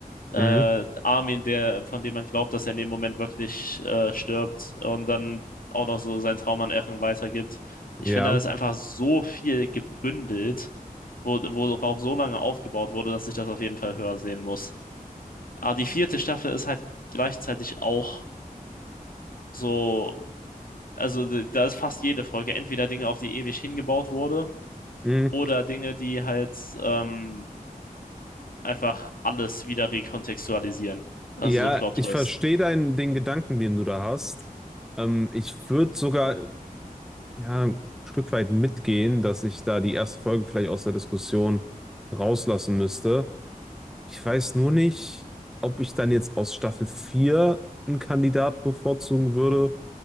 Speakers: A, on the left; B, in the centre.
A: Äh,
B: mhm,
A: Armin, der, von dem man glaubt, dass er in dem Moment wirklich äh, stirbt und dann auch noch so seinen Traum an Eren weitergibt. Ich
B: ja,
A: finde, da ist einfach so viel gebündelt, wo, worauf so lange aufgebaut wurde, dass ich das auf jeden Fall höher sehen muss. Aber die vierte Staffel ist halt gleichzeitig auch so also d- da ist fast jede Folge entweder Dinge, auf die ewig hingebaut wurde,
B: mhm.
A: oder Dinge, die halt ähm, einfach alles wieder rekontextualisieren. Also
B: Ja,
A: so Plot-Twist.
B: ich verstehe deinen, den Gedanken, den du da hast. Ähm, ich würde sogar ja, ein Stück weit mitgehen, dass ich da die erste Folge vielleicht aus der Diskussion rauslassen müsste. Ich weiß nur nicht, ob ich dann jetzt aus Staffel 4 einen Kandidat bevorzugen würde